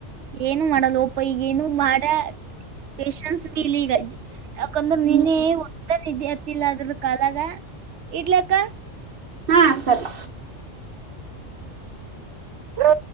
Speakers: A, on the right (about 70°); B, on the right (about 50°).
A: ಏನು ಮಾಡಲ್ಲ ಓಪ ಈಗ ಏನು ಮಾಡ ಪೇಶನ್ಸ್ ಭ ಇಲ್ಲ ಈಗ ಯಾಕಂದ್ರೆ
B: ಹ್ಮ್
A: ನೀನ್ನೇ ಹೊಟ ವಿದ್ಯಾರ್ಥಲ್ಲ ಅದ್ರ ಕಾಲಾಗ ಇಡ್ಲಕ್ಕ
B: ಹಾ ಸರಿ
A: ಹ